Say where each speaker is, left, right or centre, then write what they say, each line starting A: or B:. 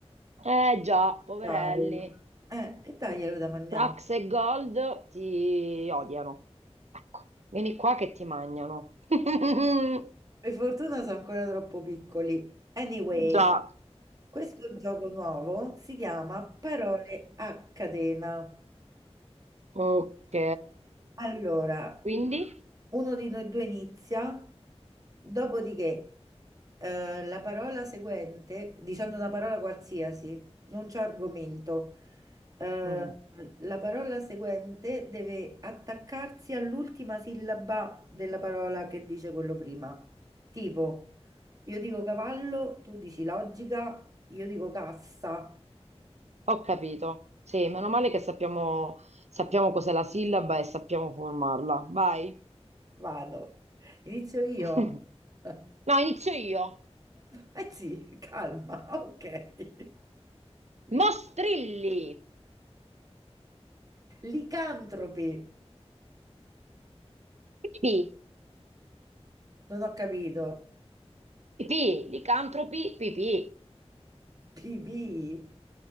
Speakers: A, on the right; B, on the right.
A: Eh già, poverelli.
B: Cavoli. Eh, e daglielo da mangiare.
A: Tax e Gold ti odiano. Ecco, vieni qua che ti mangiano. <laughs>
B: Per fortuna sono ancora troppo piccoli. Anyway,
A: Già.
B: questo gioco nuovo si chiama Parole a catena.
A: Ok,
B: Allora,
A: quindi
B: uno di noi due inizia, dopodiché eh, la parola seguente, dicendo una parola qualsiasi, non c'è argomento, eh,
A: Mm,
B: la parola seguente deve attaccarsi all'ultima sillaba della parola che dice quello prima. Tipo... Io dico cavallo, tu dici logica, io dico cassa.
A: ho capito. Sì, meno male che sappiamo, sappiamo cos'è la sillaba e sappiamo formarla. Vai.
B: Vado. Inizio io?
A: <laughs>
B: <laughs>
A: No, inizio io.
B: Eh sì, calma, <laughs> ok. Mi-
A: Mostrilli.
B: Licantropi,
A: Pipì.
B: non ho capito.
A: Pipì. Licantropi. Pipì.
B: PB?